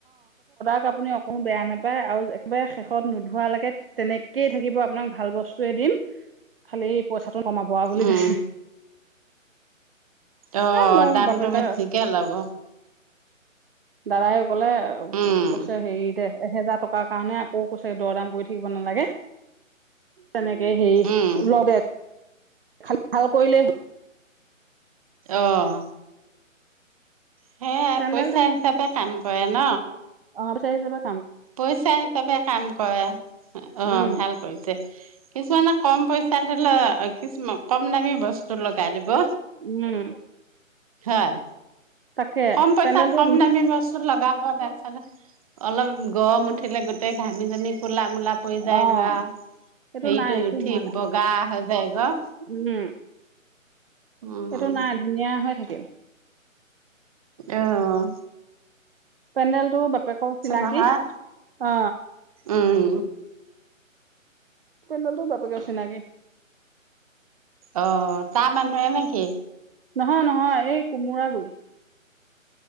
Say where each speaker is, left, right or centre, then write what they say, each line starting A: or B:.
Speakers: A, on the right; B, on the right.
A: <unintelligible> আপুনি একো বেয়া নাপায় আৰু একেবাৰে শেষত নোধোৱালৈকে তেনেকেই থাকিব আপোনাক ভাল বস্তুয়ে দিম খালি পইচা কমাবৱা বুলি
B: উম
A: কৈছে।
B: অ
A: এ মই
B: দামটো
A: বাপেকে
B: বেছিকে লব।
A: দাদায় কলে
B: উম
A: কৈছে হেৰি দে এহেজাৰ টকাৰ কাৰণে আকৌ কৈছে দৰ দাম কৰি থাকিব নালাগে। তেনেকে হেৰি
B: উম
A: <unintelligible> খাল ভাল কৰিলে হল।
B: অঁ সেয়াই
A: পেণ্ডেল
B: পইচা হিচাপে কাম কৰে ন।
A: অ পইচা হিচাপত
B: পইচা হিচাপে কাম কৰে অ
A: উম,
B: ভাল কৰিছে কিছুমানে কম পই তাত ল কিছম কম দামী বস্তু লগাই দিব।
A: উম
B: হয়
A: তাকে
B: কম পইচাত
A: পেণ্ডেলটো
B: কম দামী বস্তু লগাব অ তাৰপিছতে অল গৰম উঠিলে গোটেই ঘামি জামি কোলা কুলা পৰি যায়
A: অ',
B: গা
A: এইটো
B: সেইটো
A: নাই একো
B: উঠি
A: হোৱা নাই
B: বগা হৈ <unintelligible>
A: উম
B: উম
A: এইটো নাই ধুনীয়া হৈ থাকিল।
B: আহ
A: পেমডেলটো বাপেকৰ চিনাকি
B: নহয়
A: অ
B: উম
A: পেনডেলটো বাপেকৰ চিনাকি
B: অ তাহ মানুহে নেকি
A: নহয় নহয় এই কোমোৰা গৈ